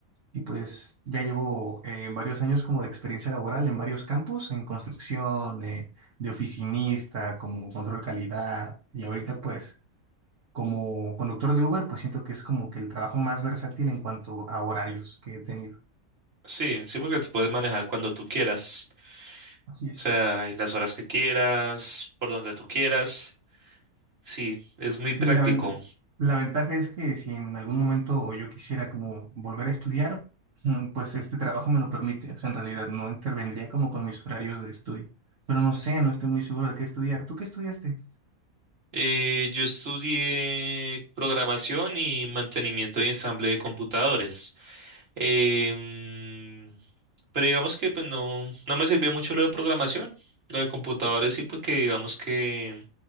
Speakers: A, on the right; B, on the right.
A: Y pues ya llevo eh, varios años como de experiencia laboral en varios campos, en construcción, eh, de oficinista, como control calidad. Y ahorita pues como conductor de Uber, pues siento que es como que el trabajo más versátil en cuanto a horarios que he tenido.
B: Sí, sí, porque tú puedes manejar cuando tú quieras.
A: Así es.
B: O sea, y las horas que quieras, por donde tú quieras. Sí, es muy
A: Sí,
B: práctico.
A: la, ven- la ventaja es que si en algún momento yo quisiera como volver a estudiar, mm, pues este trabajo me lo permite. O sea, en realidad no intervendría como con mis horarios de estudio. Pero no sé, no estoy muy seguro de qué estudiar. ¿Tú qué estudiaste?
B: Eh, yo estudié programación y mantenimiento y ensamble de computadores. Em, pero digamos que pues no, no me sirvió mucho lo de programación. Lo de computadores sí, porque digamos que